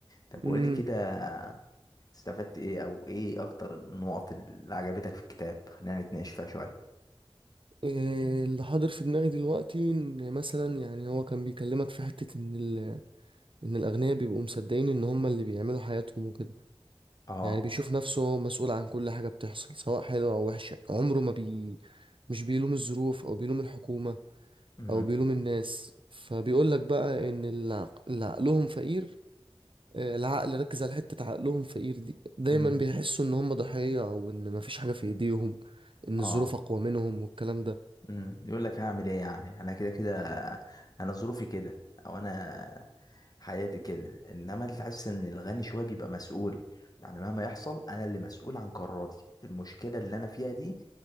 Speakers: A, on the left; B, on the right.
A: طب
B: امم
A: قولي كده استفدت ايه او ايه اكتر النقط اللي عجبتك في الكتاب خلينا نتناقش فيها شوية
B: إيه اللي حاضر في دماغي دلوقتي ان مثلا يعني هو كان بيكلمك في حتة ان ال... ان الاغنياء بيبقوا مصدقين ان هم اللي بيعملوا حياتهم وكده
A: اه
B: يعني بيشوف نفسه هو مسؤول عن كل حاجة بتحصل سواء حلوة او وحشة عمره ما بي مش بيلوم الظروف او بيلوم الحكومة
A: امم
B: او بيلوم الناس فبيقول لك بقى ان العق- اللي عقلهم فقير آه، العقل ركز على حتة عقلهم فقير دي دايما
A: امم
B: بيحسوا ان هم ضحية او ان مفيش حاجة في ايديهم ان
A: اه
B: الظروف اقوى منهم والكلام ده
A: امم يقول لك هعمل ايه يعني انا كده كده انا ظروفي كده او انا حياتي كده انما اللي حاسس ان الغني شويه بيبقى مسؤول يعني مهما يحصل انا اللي مسؤول عن قراراتي المشكله اللي انا فيها دي